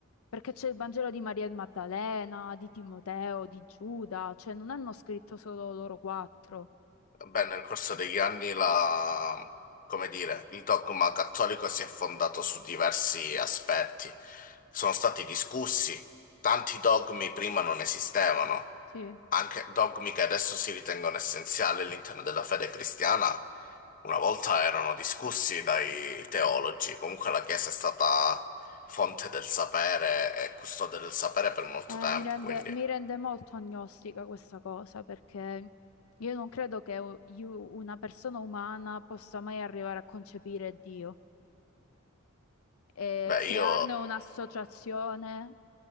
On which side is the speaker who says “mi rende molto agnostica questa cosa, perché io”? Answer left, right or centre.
Left